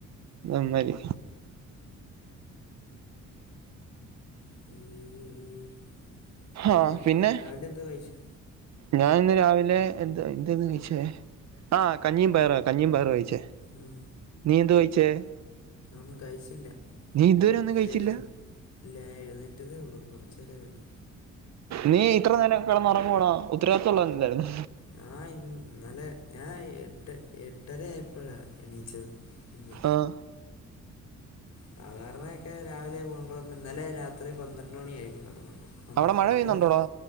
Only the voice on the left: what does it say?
<unintelligible> പിന്നെന്താ
രാവിലെ എന്താ കഴിച്ചു
ആ
ഒന്നും കഴിച്ചില്ല
ഞാൻ
എഴുന്ന ഇല്ല ഞാൻ എഴുന്നേറ്റതേ ഉള്ളൂ കുറച്ച് നേരേആയുള്ളൂ.
ഞാൻ ഇന്ന് ഇന്നലെ ഞാൻ എട്ട് എട്ടരായപ്പോഴാ എണീച്ചത് ഇന്ന്.
സാധാരണയൊക്കെ രാവിലെ പോണ്ടോണ്ട് ഇന്നലെ രാത്രി പന്ത്രണ്ട് മണിയായി കടന്നപ്പോ
ഒരു
മണി